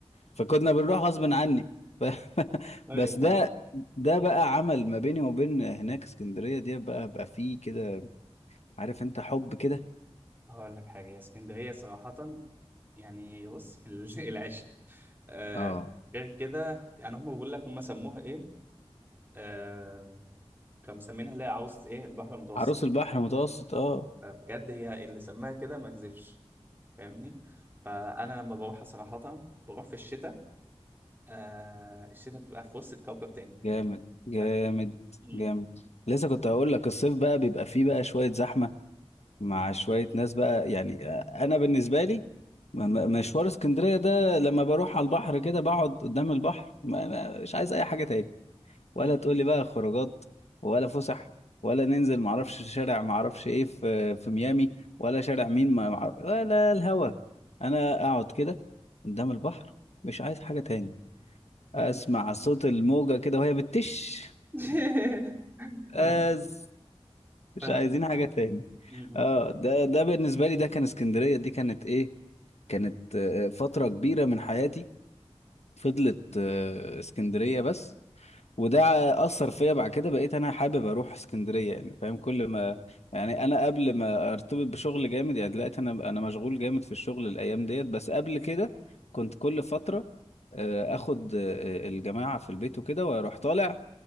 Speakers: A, on the left; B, on the right.
A: فكنا بنروح غصب عني ف... <laughs>
B: طيب
A: بس ده
B: آه.
A: ده بقى عمل ما بيني وبين هناك اسكندرية دي بقى بقى فيه كده عارف انت حب كده
B: هقول لك حاجة يا اسكندرية صراحة يعني بص في ال- <laughs> العشق آه
A: اه
B: غير كده يعني هم بيقول لك هم سموها ايه آه كانوا مسمينها اللي هي عاوز ايه البحر المتوسط
A: عروس البحر متوسط اه
B: فبجد هي اللي سماها كده ما كذبش فاهمني فانا لما بروح صراحه بروح في الشتاء آه الشتاء بتبقى في وسط في كوكب تاني
A: جامد جامد
B: ف... م-
A: جامد لسه كنت هقول لك الصيف بقى بيبقى فيه بقى شوية زحمة مع شوية ناس بقى يعني آه، انا بالنسبة لي م- م- مشوار اسكندرية ده لما بروح على البحر كده بقعد قدام البحر ما- ما- مش عايز اي حاجة تاني ولا
B: م-
A: تقول لي بقى خروجات ولا فسح ولا ننزل معرفش شارع معرفش ايه في في ميامي ولا شارع مين ما معرف... ولا الهوا انا اقعد كده قدام البحر مش عايز حاجة تاني
B: م-
A: اسمع
B: م-
A: صوت الموجة كده وهي بتش
B: <laughs>
A: أز
B: فاهم
A: مش
B: فاهم
A: عايزين
B: فاهم
A: حاجة تاني
B: <laughs> م-
A: اه ده ده بالنسبة لي ده كان اسكندرية دي كانت ايه كانت آه، فترة كبيرة من حياتي فضلت آه، اسكندرية بس وده اثر فيا بعد كده بقيت انا حابب اروح اسكندريه يعني فاهم كل ما يعني انا قبل ما ارتبط بشغل جامد يعني دلوقتي انا انا مشغول جامد في الشغل الايام ديت بس قبل كده كنت كل فتره آه، اخد آه، الجماعه في البيت وكده واروح طالع